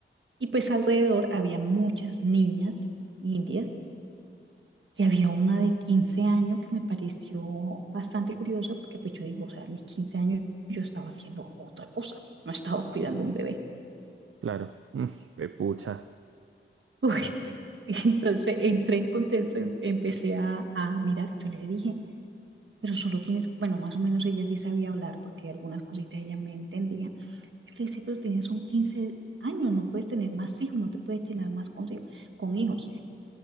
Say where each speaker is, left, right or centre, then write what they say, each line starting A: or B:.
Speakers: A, on the right; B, on the right.
A: y pues alrededor había muchas niñas indias, y había una de 15 años que me pareció bastante curiosa, porque pues yo digo, o sea, a mis 15 años yo estaba haciendo otra cosa, no estaba cuidando un bebé.
B: claro. Mm, qué pucha.
A: Uy, <laughs> sí. Y Entonces entré en contexto, em- empecé a, a mirar, yo le dije, pero solo tienes, bueno, más o menos ella sí sabía hablar porque algunas cositas ella me entendía. Yo le decía, pero tienes un 15 años, no puedes tener más hijos, no te puedes llenar más con, hijos, con hijos.